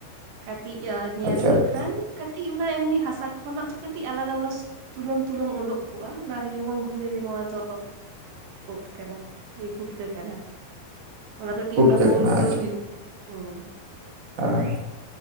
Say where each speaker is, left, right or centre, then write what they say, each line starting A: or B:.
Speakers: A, on the right; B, on the right.
A: ᱠᱟᱹᱴᱤᱡ ᱧᱮᱞ
B: ᱟᱪᱪᱷᱟ
A: ᱞᱮᱠᱷᱟᱱ
B: ᱟᱪᱪᱷᱟ
A: ᱠᱟᱹᱴᱤᱡ ᱚᱱᱟ ᱮᱢᱱᱤ ᱦᱟᱥᱟ ᱠᱷᱚᱱᱟᱜ ᱫᱚ ᱠᱟᱹᱴᱤᱡ ᱟᱞᱟᱫᱟ ᱚᱱᱟ ᱛᱩᱞᱟᱹᱢᱼᱼ ᱛᱩᱞᱟᱹᱢ ᱚᱰᱚᱸᱠ ᱠᱚᱜ-ᱟ ᱚᱱᱟ ᱨᱮᱜᱮ ᱵᱚᱱ ᱵᱩᱡᱟ ᱡᱮ ᱱᱚᱣᱟ ᱫᱚᱼᱼ ᱩᱫ ᱠᱟᱱᱟ ᱛᱤᱭ ᱯᱩᱴᱠᱟᱹ ᱠᱟᱱᱟ᱾ ᱚᱱᱟ ᱠᱟᱹᱴᱤᱡ
B: ᱯᱩᱴᱠᱟᱹ
A: ᱚᱱᱟ ᱜᱳᱞ
B: ᱠᱟᱱᱟ
A: ᱜᱳᱞ ᱦᱩᱭᱩᱜ᱾ ᱦᱩᱸ᱾
B: ᱟᱸᱻ